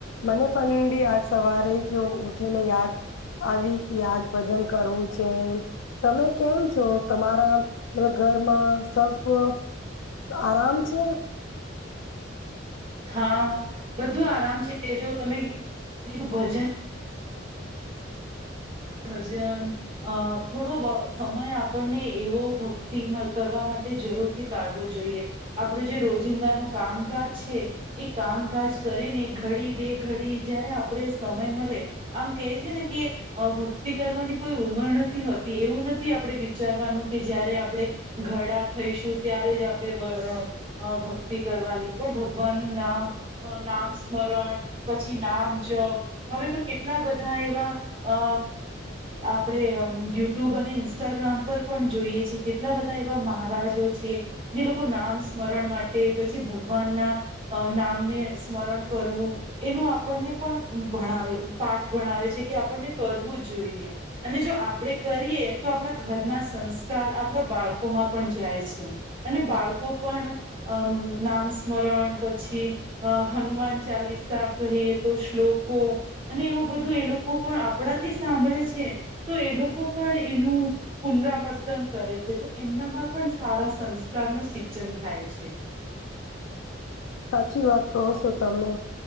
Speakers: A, on the left; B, on the right.
A: મને પણ બી આજ સવારે જ ઉઠીને યાદ આવી કે આજ ભજન કરવું છે. તમે કેમ છો તમારા ઘરમાં સબ તો આરાામ છએ
B: હા બધું આરામ છે જો તમે કીધું ભજન ભજન અ થોડો સમય આપણને એવો ભક્તિ કરવા માટે જરૂરથી કાઢવો જોઈએ આપડો જે રોજિંદા ન કામકાજ છે એ કામકાજ કરીને ઘડી બે ઘડી જયારે આપણે સમય મળે આમ કે છે ન કે અ ભક્તિ કરવાની કોઈ ઉમર નથી હોતી એવું નથી આપણે વિચારવાનું કે જય્યારે આપણે ઘડા થઈશું ત્યારે જ આપણે અ ભક્તિ કરવાની પણ ભગવાન નું નામ અ નામ સ્મરણ પછી નામ જપ હવે તો કેટલા બધા એવા અ આપણે યુટ્યુબ અને ઇન્સ્ટાગ્રામ પર પણ જોઈએ છે કેટલા બધા એવા મહારાજો છે જે લોકો નામ સ્મરણ માટે પછી ભગવાનના અ નામને સ્મરણ કરવું એનું આપણને પણ ભણાવે પાઠ ભણાવે છે છે કે આપણને કરવું જોઈએ અને જો આપણેે કરીએ તો આપણા ઘરના સંસ્કાર આપણા બાળકોમાં પણ જાય છે અને બાળકો પણ અમ નામ સ્મરણ પછી અ હનુમાન ચાલીસા કહીએ તો શ્લોકો અને એવું બધું એ લોકો પણ આપણાથી સાંભળે છે તો એ લોકો પણ એનું પુનરાવર્તન કરે છે તો એમનામાં પણ સારા સંસ્કાર ન સિંચન થાય છે
A: સાચી વાત કહો છો તમે